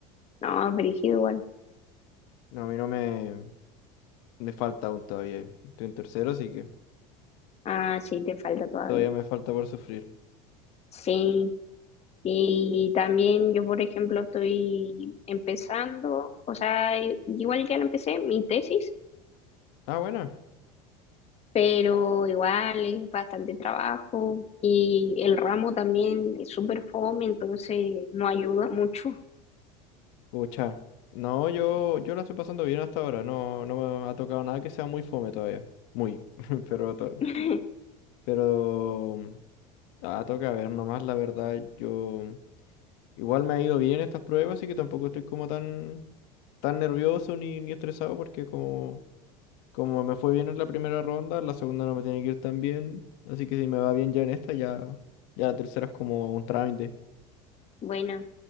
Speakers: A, on the left; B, on the left.
A: no, brígido igual.
B: No, a mí no me, me falta aún todavía. Estoy en tercero, así que
A: Ah, sí, te falta todavía.
B: todavía me falta por sufrir.
A: Sí, y también yo, por ejemplo, estoy empezando, o sea, i- igual ya la empecé, mi tesis,
B: Ah, bueno.
A: pero igual es bastante trabajo y el ramo también es súper fome, entonces no ayuda mucho.
B: Pucha. No, yo, yo la estoy pasando bien hasta ahora. No, no me ha tocado nada que sea muy fome todavía. Muy. <laughs> Pero, to-
A: <laughs>
B: pero mm, ah, toca ver nomás, la verdad. Yo mm, igual me ha ido bien estas pruebas, así que tampoco estoy como tan, tan nervioso ni, ni estresado porque como, como me fue bien en la primera ronda, la segunda no me tiene que ir tan bien. Así que si me va bien ya en esta, ya, ya la tercera es como un trámite.
A: Bueno,